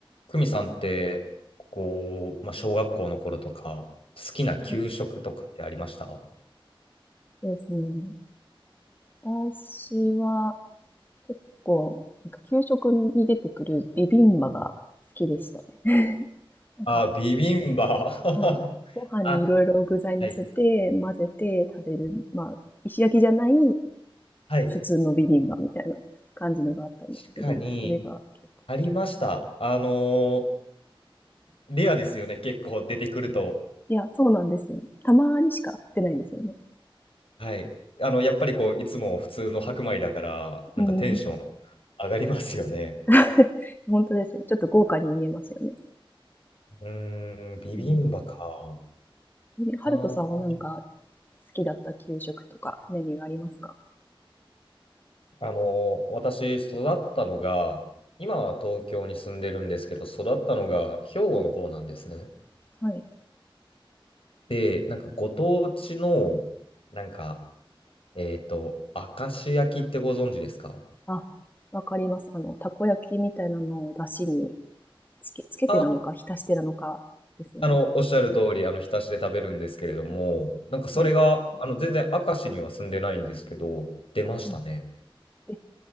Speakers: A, on the left; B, on the left.
A: 久美さんって、こう、まあ、小学校の頃とか、好きな給食とかってありました
B: はいそうですね。私は結構、なんか給食に出てくるビビンバが好きでしたね。なんか、
A: あ、ビビンバ。<laughs>
B: はい。ご飯にいろいろ具材乗せて、
A: あ、はい。
B: 混ぜて食べる、まあ、石焼きじゃない
A: はい。
B: 普通のビビンバみたいな感じのがあったんですけど、
A: 確かに、
B: それが結構好きでした。
A: ありました。あのーレアですよね、結構出てくると。
B: いや、そうなんですよ。たまにしか出ないですよね。
A: はい。あの、やっぱりこう、いつも普通の白米だから、なんかテンション
B: うん。
A: 上がりますよね。
B: <laughs> 本当ですね。ちょっと豪華に見えますよね。
A: うーん、ビビンバか。
B: うんハルトさんはなんか
A: あー
B: 好きだった給食とかメニューありますか
A: あの、私、育ったのが、今は東京に住んでるんですけど、育ったのが兵庫の方なんですね。
B: はい。
A: で、なんかご当地の、なんか、えっと、明石焼きってご存知ですか
B: あ、わかります。あの、たこ焼きみたいなのを出汁につけ、つけてなのか、
A: あ、
B: 浸してなのかですよね。
A: あの、おっしゃる通り、あの、浸しで食べるんですけれども、なんかそれが、
B: はい。
A: あの、全然明石には住んでないんですけど、出ましたね。
B: うんえ、